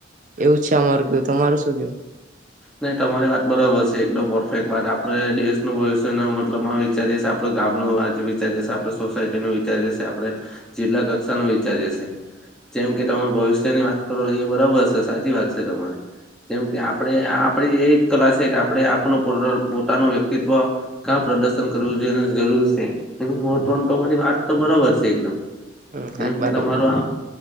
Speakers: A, on the right (about 45°); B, in the centre.
A: એવું છે અમારું કેવું તમારું શું કેવું.
B: નહી તમારી વાત બરાબર છે એકદમ પરફેક્ટ વાત આપડે દેશનું ભવિષ્ય ને મતલબ વિચારી આપડુ ગામનું આજ વિચારીએ આપણે સોસાયટી નું વિચારીએ છે આપણે જિલ્લા કક્ષાનું વિચારીએીએ છે. જેમ કે તમે ભવિષ્યની વાત કરો એ બરાબર છે સાચી વાત છે તમારી જેમ કે આપણે આપડી એ કલાસે આપણે આપ પોતાનું વ્યક્તિત્વ કા પ્રદર્શન કરવું જોઈએ જરૂર છે. તો પણ તમારી વાત તો બરાબર છે એકદમ.
A: હમ
B: જેમ
A: હા બરોબર
B: કે તમારું